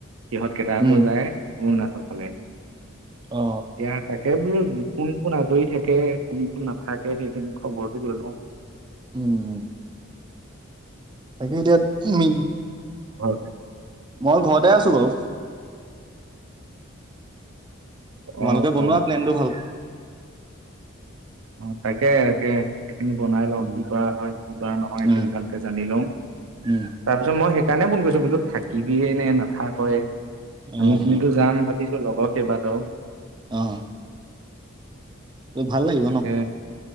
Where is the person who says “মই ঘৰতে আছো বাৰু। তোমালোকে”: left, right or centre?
Right